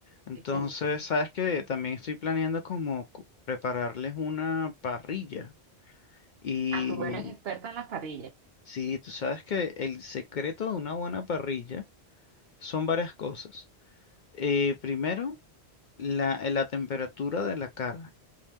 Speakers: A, on the left; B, on the right.
A: Entonces,
B: excelente.
A: sabes que también estoy planeando como cu- prepararles una parrilla. y
B: Ah, tú eres experta en las parrillas.
A: Sí, tú sabes que el secreto de una buena parrilla son varias cosas. Eh, primero, la, eh, la temperatura de la carne.